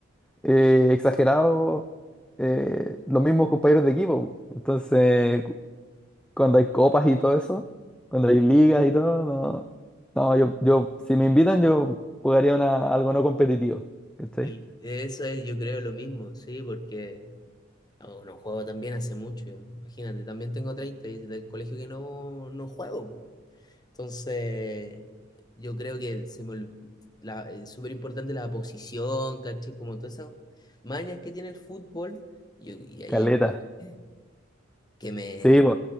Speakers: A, in the centre; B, on the left.
A: eh, exagerados eh, los mismos compañeros de equipo. Entonces, cuando hay copas y todo eso, cuando hay ligas y todo, no. No, yo, yo, si me invitan, yo jugaría una, algo no competitivo. ¿Cachai?
B: Y Eso es, yo creo, lo mismo, sí, porque no, no juego también hace mucho, ya. imagínate, también tengo 30 y desde el colegio que no, no juego, po. Entonces, yo creo que se me olvi- la, es súper importante la posición, ¿cachai? Como todas esas mañas que tiene el fútbol, yo, y ahí
A: Caleta.
B: eh, que me,
A: Sí, po.